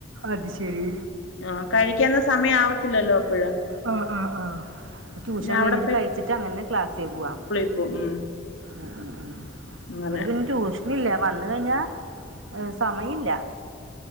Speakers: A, on the right (about 85°); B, on the left (about 80°).
A: അത് ശരി
B: ആഹ് കഴിക്കാനുള്ള സമയം ആവത്തില്ലല്ലോ അപ്പഴ്
A: ആഹ് ആഹ് ആഹ് ട്യൂഷൻ
B: പിന്നെ അവിടെ
A: കയിഞ്ഞിട്ട് കഴിച്ചിട്ട് അങ്ങനെ ക്ലാസ്സിൽ പുവാം
B: ഓഹ് ഉം
A: ഉം ഉം ഉം
B: അങ്ങനെ
A: ഇവടെ പിന്നെ ടൂഷ് ഇന്ന്ഇല്ല വന്ന് കഴിഞ്ഞാ ഏ സമയില്ല